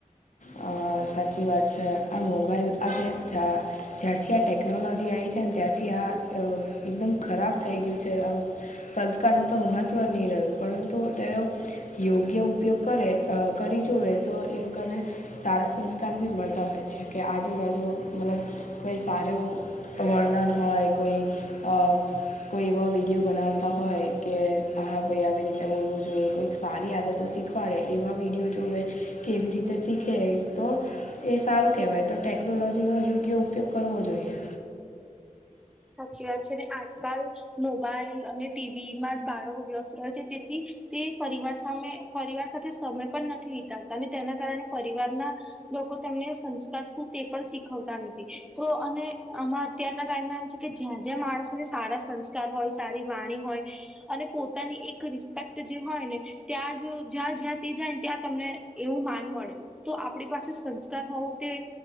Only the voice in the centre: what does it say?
સાચી વાત છે ને આજ કાલ મોબાઈલ અને ટી વી માં જ બાળકો વ્યસ્ત રહે છે તેથી તે પરિવાર સાથે પરિવાર સાથે સમય પણ નથી વિતાવતા અને તેના કારણે પરિવારના લોકો તેમને સંસ્કાર શું તે પણ શીખવતા નથી તો અને આમાં અત્યારના ટાઈમમાં આવું છે કે જ્યાં જ્યાં માણસોને સારા સંસ્કાર હોય સારી વાણી હોય અને પોતાની એક રિસ્પેક્ટ જે હોય ને ત્યાં જ જ્યાં જ્યાં તે જાય ને ત્યાં તમને એવું માન મળે તો આપણી પાસે સંસ્કાર હોવું તે